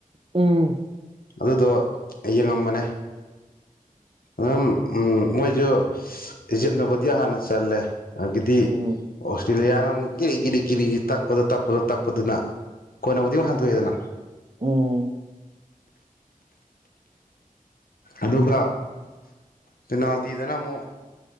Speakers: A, on the right; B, on the left.
A: ꯎꯝ
B: ꯑꯗꯨꯗꯣ ꯌꯦꯡꯉꯝꯕꯅꯦ ꯎꯝ ꯎꯝ ꯃꯣꯏꯁꯨ ꯏꯖꯤꯞꯅꯕꯨꯗꯤ ꯍꯥꯟꯅ ꯆꯜꯂꯦ ꯑꯗꯒꯤꯗꯤ
A: ꯎꯝ
B: ꯇꯔꯤꯂꯤꯌꯥꯌꯥꯅ ꯑꯃꯨꯛ ꯏꯔꯤ ꯏꯔꯤ ꯀꯔꯤ ꯇꯛꯄꯗꯣ ꯇꯞꯄꯗꯣ ꯇꯞꯄꯗꯨꯅ ꯀꯣꯏꯅꯕꯨꯗꯤ ꯑꯃꯛ ꯍꯟꯗꯣꯛꯑꯦꯗꯅ
A: ꯎꯝ
B: ꯑꯗꯨꯒ ꯄꯦꯅꯥꯜꯇꯤꯗꯅ ꯑꯃꯨꯛ